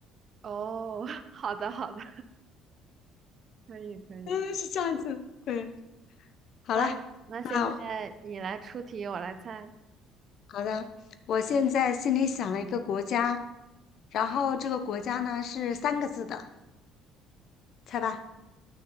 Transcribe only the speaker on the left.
<laughs> 嗯，是这样子，对，好了，
那
好的，我现在心里想了一个国家，然后这个国家呢是三个字的，猜吧。